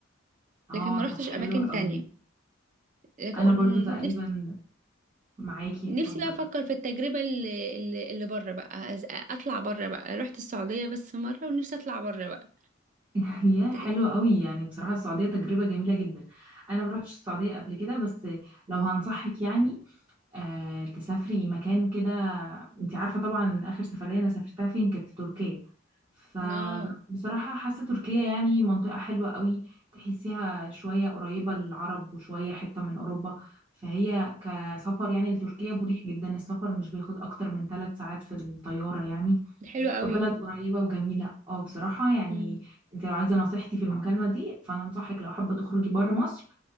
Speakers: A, on the right; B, on the right.
A: اه
B: لكن ما روحتش
A: طب حلو
B: اماكن
A: قوي
B: تانية لكن
A: انا برضو تقريبا
B: نفسي
A: معاكي
B: نفسي
A: اتفضلي
B: بقى افكر في التجربه اللي اللي اللي بره بقى أز- اطلع بره بقى رحت السعوديه بس مره ونفسي اطلع بره بقى
A: <laughs> يا
B: ت-
A: حلوة قوي يعني بصراحة السعودية تجربة جميلة جدا أنا ما رحتش السعودية قبل كده بس لو هنصحك يعني آه تسافري مكان كده أنت عارفة طبعا آخر سفرية أنا سافرتها فين كانت في تركيا فبصراحة
B: اه
A: حاسة تركيا يعني منطقة حلوة قوي تحسيها شوية قريبة للعرب وشوية حتة من أوروبا فهي كسفر يعني لتركيا مريح جدا السفر مش بياخد أكتر من ثلاث ساعات في الطيارة يعني
B: حلوه قوي
A: في بلد قريبة وجميلة اه بصراحة يعني
B: مم.
A: انت لو عايزة نصيحتي في المكالمة دي فانا انصحك لو حابة تخرجي بره
B: مم.
A: مصر